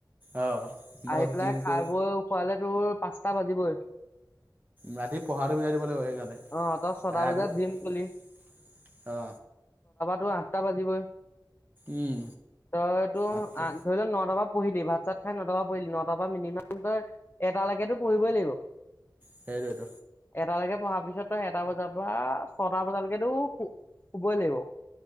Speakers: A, on the right (about 25°); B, on the left (about 30°).
A: অ মই
B: আহি পেলাই
A: জিমটো
B: খাই বৈ খোৱালে তোৰ পাঁচটা বাজিবই
A: ৰাতি পঢ়াটো মিলাই দিব লাগিব সেইকাৰণে
B: অ তই ছটা
A: ৰাতিুৱা
B: বজাত জিম গলি
A: অ
B: ত আঠটা বাজিবই
A: উম,
B: তই তটো
A: আঠটা
B: আ ধৰি লোৱা নটা বা পঢ়িলিম ভাত চাত খাই নট পৰা পঢ়িলি নটাৰ পৰা মিনিমাম তই এটা লৈকেতো পঢ়িবই লাগিব
A: সেইবাদ
B: এটালৈকে পঢ়াৰ পিছতই এটা বজাৰ পৰা ছটা বজালৈকেতোু শুবই লাগিব